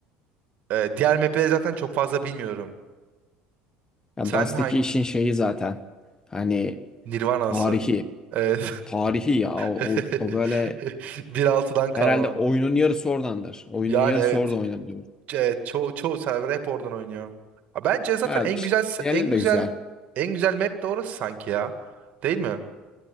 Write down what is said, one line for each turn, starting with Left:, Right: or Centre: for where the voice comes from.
Right: Ee, diğer map'leri zaten çok fazla bilmiyorum.
Left: Yani
Right: Sen
Left: Dust'taki
Right: hangi
Left: işin şeyi zaten hani
Right: Nirvana'sı.
Left: tarihi,
Right: Evet.
Left: tarihi ya o,
Right: <laughs>
Left: o, o böyle
Right: bir altıdan kalma.
Left: herhalde oyunun yarısı oradandır. Oyunun
Right: Yani
Left: yarısı
Right: evet.
Left: orada oynanıyor.
Right: Evet, çoğu çoğu server hep oradan oynuyor. Ha, Bence zaten
Left: Ha,
Right: en
Left: işte
Right: güzel
Left: diğerleri
Right: en
Left: de
Right: güzel
Left: güzel.
Right: en güzel map de orası sanki ya. Değil mi?